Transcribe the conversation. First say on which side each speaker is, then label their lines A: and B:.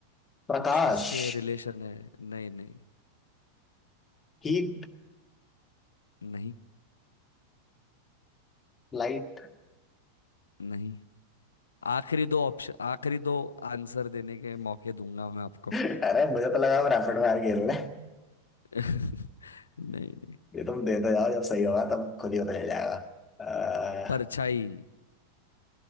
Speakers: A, on the left (about 15°); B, on the left (about 70°).
A: प्रकाश
B: कुछ इससे रिलेशन है नहीं नहीं
A: हीट
B: नहीं
A: लाइट
B: नहीं आखिरी दो ऑप्शन आखिरी दो आंसर देने के मौके दूंगा मैं आपको
A: अरे मुझे तो लगा हम रैपिड फायर खेल रहे हैं
B: <laughs> नहीं नहीं
A: ये तुम देते जाओ जब सही होगा तब खुद ही पता चल जाएगा अह,
B: परछाई